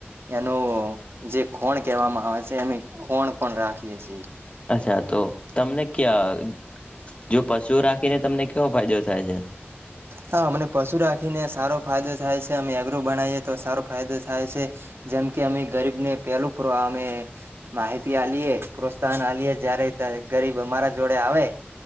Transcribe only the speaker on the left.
અચ્છા તો તમને ક્યા જો પશુઓ રાખે ને તમને કેવો ફાયદો થાય છે